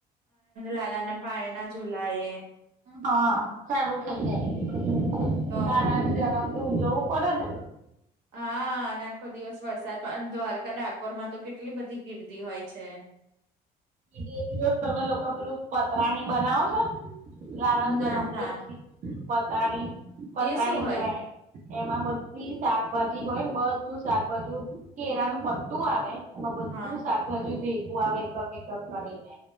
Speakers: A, on the right; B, on the right.
A: લાલાને પાાય ના ઝુલાય
B: હા સારું થઈ જાય
A: તો
B: કાર ત્યારે આમ તો જવું પડે ને
A: હા આખો દિવસ વરસાદડ દ્વારકા ડાકોોર માં તો કેટલી બધી ગિરદી હોય છે.
B: બે દિવસ તમે લોકો પેલું પતરાની બનાવો છો. લલાનો
A: ના
B: જન્મદિિવસ
A: ના
B: પત્રરાાણી પત્રરાાણી
A: એ શું હોય
B: કેવા એમાં બધી શાકભાજી હોય ને બધું શાકભાજુ કેરાનું પટ્ટું આવે એમાં બધું
A: હા
B: સા બજુ ભેગું આવે એક એકક કરીને